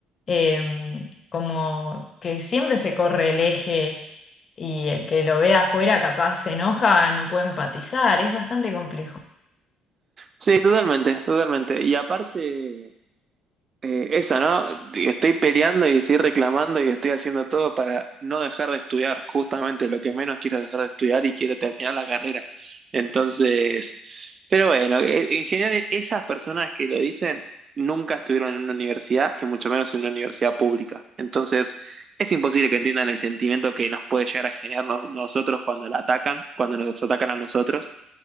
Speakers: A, on the left; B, on the right.
A: em, como que siempre se corre el eje y el que lo ve afuera capaz se enoja, no puede empatizar, es bastante complejo.
B: Sí, totalmente, totalmente. Y aparte, Eh, eso, ¿no? Estoy peleando y estoy reclamando y estoy haciendo todo para no dejar de estudiar, justamente lo que menos quiero es dejar de estudiar y quiero terminar la carrera. Entonces, pero bueno, e- en general esas personas que lo dicen nunca estuvieron en una universidad y mucho menos en una universidad pública. Entonces, es imposible que entiendan el sentimiento que nos puede llegar a generar nos- nosotros cuando la atacan, cuando nos atacan a nosotros.